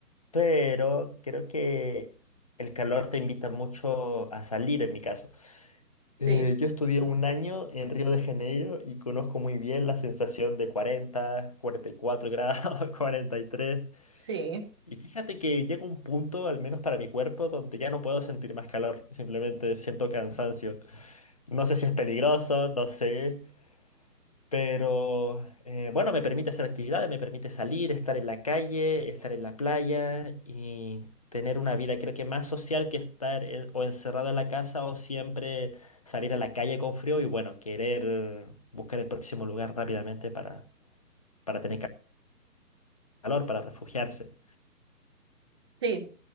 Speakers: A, on the left; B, on the right.
A: pero creo que el calor te invita mucho a salir en mi caso.
B: Sí,
A: Eh, yo estudié un año en Río de Janeiro y conozco muy bien la sensación de cuarenta, cuarenta y cuatro grados, <laughs> 43.
B: sí,
A: Y fíjate que llega un punto, al menos para mi cuerpo, donde ya no puedo sentir más calor. Simplemente siento cansancio. No sé si es peligroso, no sé. Pero eh, bueno, me permite hacer actividades, me permite salir, estar en la calle, estar en la playa y tener una vida creo que más social que estar en- o encerrado en la casa o siempre salir a la calle con frío y bueno, querer eh, buscar el próximo lugar rápidamente para, para tener ca- calor, para refugiarse.
B: sí.